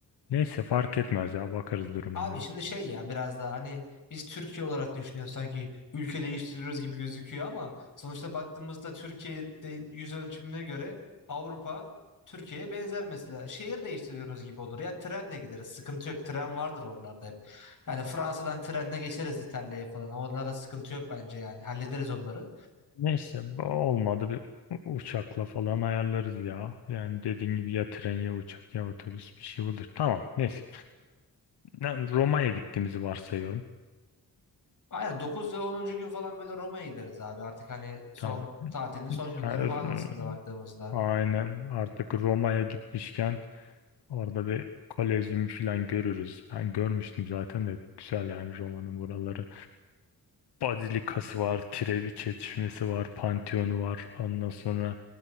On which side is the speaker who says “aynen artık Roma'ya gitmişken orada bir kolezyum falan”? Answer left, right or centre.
Left